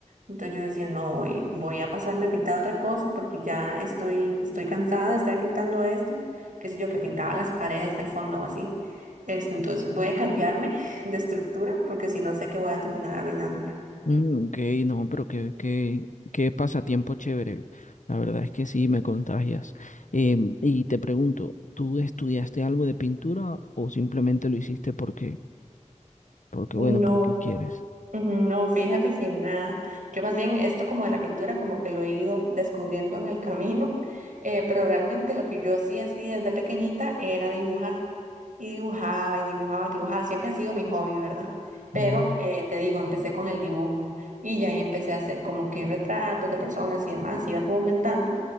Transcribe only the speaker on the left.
Mm, ok, no, pero qué, qué, qué pasatiempo chévere. La verdad es que sí, me contagias. Em, y te pregunto, ¿tú estudiaste algo de pintura o simplemente lo hiciste porque, porque
bueno, porque quieres?
Mm.